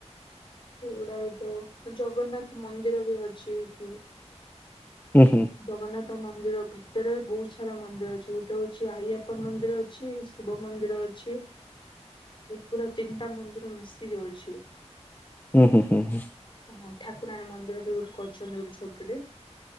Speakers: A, on the left (about 45°); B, on the left (about 15°).
A: ସେଇଗୁଡାକ ତ ଜଗନ୍ନାଥ ମନ୍ଦିର ବି ଅଛି ଏଇଠି।
B: ହୁଁ ହୁଁ।
A: ଜଗନ୍ନାଥ ମନ୍ଦିର ଭିତରେ ବହୁତ ସାରା ମନ୍ଦିର ଅଛି ଗୋଟେ ହଉଚି ଆଇଆପା ମନ୍ଦିର ଅଛି। ଶିବ ମନ୍ଦିର ଅଛି ପୁରା ତିନିଟା ମନ୍ଦିର ମିଶିକିରି ଅଛି।
B: ହୁଁ ହୁଁ ହୁଁ।
A: ହଁ ଠାକୁରାଣୀ ମନ୍ଦିର ବି ଗୋଟେ କରିଛନ୍ତି ଗୋଟେ ଛୋଟଟେ।